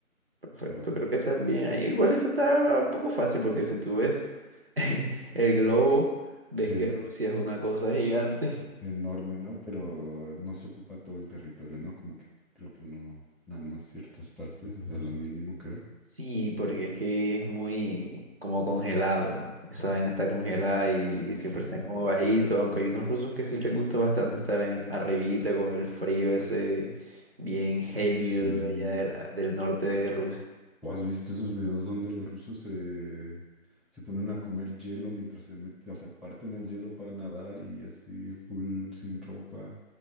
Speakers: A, on the right (about 45°); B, in the centre.
A: Perfecto,
B: Ok.
A: creo que estás bien ahí. Igual eso está un poco fácil porque si tú ves <laughs> el globo, ves
B: Sí,
A: que Rusia es una cosa gigante.
B: enorme, ¿no? Pero no se ocupa todo el territorio, ¿no? Como que creo que no, nada más ciertas partes, o sea, lo mínimo creo.
A: Sí, porque es que es muy como congelado. Esa vaina está congelada y siempre
B: Sí.
A: están como bajitos, aunque hay unos rusos que sí les gusta bastante estar en arribita con el frío ese bien gélido
B: Sí.
A: de allá de la- del norte de Rusia.
B: ¿O has visto esos videos donde los rusos se, se ponen a comer hielo mientras se meten, o sea, parten el hielo para nadar y así, full sin ropa?